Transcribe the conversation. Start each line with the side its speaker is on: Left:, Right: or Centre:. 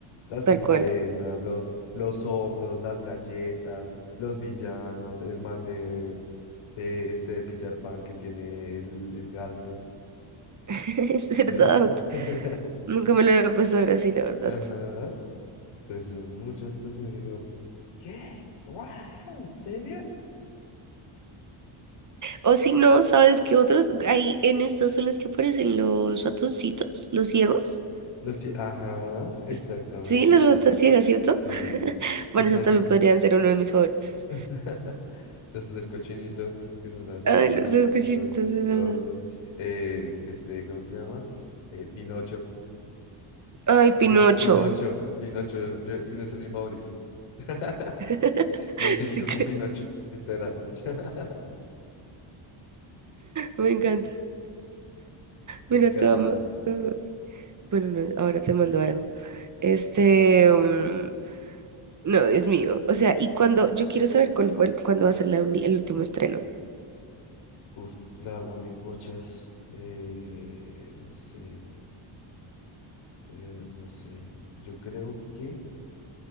Left: Las
Right: Tal
Left: princesas,
Right: cual.
Left: los, los ogros, las galletas, los villanos, el man de, de este de Peter Pan que tiene el, el Garfio,
Right: <laughs> Es
Left: ¿sí?
Right: verdad.
Left: <laughs>
Right: Nunca me lo había puesto a ver así, la verdad.
Left: Ajá. Entonces son muchas cosas y digo, ¿qué? ¿What? ¿En serio?
Right: O si no, ¿sabes qué otros? Hay en estas son las que aparecen los ratoncitos, los ciegos.
Left: No, sí, ajá, exactamente.
Right: S- Sí, las ratas ciegas, ¿cierto?
Left: Sí,
Right: <laughs>
Left: exacto.
Right: Bueno, esas también podrían ser uno de mis favoritos.
Left: <laughs> Las tres cochinitas, que son así
Right: Ay, los
Left: también,
Right: escuché,
Left: todas
Right: entonces,
Left: chistosas.
Right: ¿verdad?
Left: Eh, este, ¿cómo se llama? Eh, Pinocho.
Right: Ay,
Left: Yo-
Right: Pinocho.
Left: Pinocho, Pinocho, yo- Pinocho es mi favorito. <laughs>
Right: <laughs>
Left: Me identifico
Right: Sí,
Left: con Pinocho, literal. <laughs>
Right: Me encanta.
Left: Me
Right: Mira,
Left: encanta.
Right: te amo. eh, Bueno, no, ahora te mando algo. Este, mm, no, Dios mío. O sea, y cuando, yo quiero saber cuál fue, el- cuándo va a ser la uni- el último estreno.
Left: Uf, la verdad me corchas. Eh, no sé, espera, no sé. Yo creo que